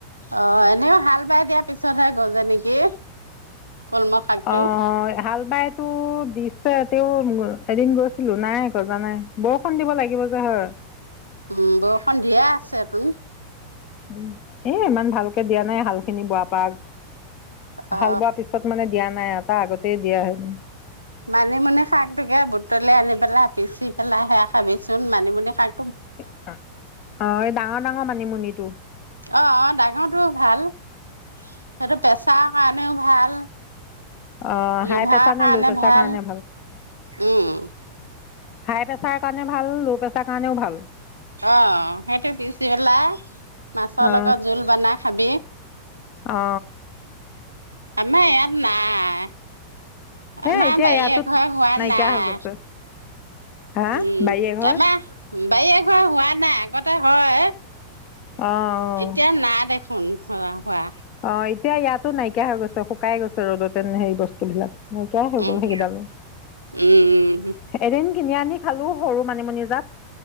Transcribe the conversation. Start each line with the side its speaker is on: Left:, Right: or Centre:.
Right: অ এনেও হাল বাই দিয়া পিছতহে গজে নেকি কলমৌ শাকটো
Left: অ হাল বাইতো দিছে তেওঁ এদিন গৈছিলো নাই গজা নাই বৰষুণ দিব লাগিব যে হয়
Right: উম বৰষুণ দিয়ে আছে তোন
Left: উ এ ইমান ভালকে দিয়া মানে হাল খিনি বোৱা পৰা
Right: অ
Left: হাল বোৱা পিছত মানে দিয়া নাই নাই তাৰ আগতেই দিয়া হেন
Right: মানিমুনি শাকতোকে বুটলি আনি পেলাই পিচি পেলাই সেয়া খাবিচোন মানিমুনি শাক
Left: অ ডাঙৰ ডাঙৰ মানি মানিমুনি টো
Right: অ অ ডাঙৰটো ভাল সেইটো পেছাৰ কাৰণেও ভাল
Left: অ
Right: লিভাৰ
Left: হাই প্ৰেছাৰ
Right: কাৰণে
Left: নে ল' প্ৰেছাৰ
Right: ভাল
Left: কাৰণে
Right: উম
Left: হাই প্ৰেছাৰ কাৰণে ভাল ল' প্ৰেছাৰ কাৰণেও ভাল
Right: অ সেইটো পিছি পেলাই মাছৰ
Left: অ
Right: লগত জোল বনাাই খাবি
Left: অ
Right: আমাৰ ইয়াত নাই
Left: হে
Right: আমাৰ
Left: এতিয়া
Right: বাৰী
Left: ইয়াতো
Right: এঘৰে হোৱা
Left: নাইকিয়া
Right: নাই
Left: হৈ গৈছে হা
Right: উম
Left: বাৰে ঘৰ
Right: আমাৰ বাৰী এ ঘৰ হোৱা নাই আগতে হয়
Left: অ অ
Right: এতিয়া না দেখ োন হ হোৱা
Left: অ এতিয়া ইয়াতো নাইকিয়া হৈ গৈছে শুকাই গৈছে ৰ'দতেনে সে বস্তু বিলাক ন কিয় হৈই
Right: উম
Left: গল সেই কিডাল
Right: উম
Left: এদিন কিনি আনি খালো সৰু মানিমুনি জাত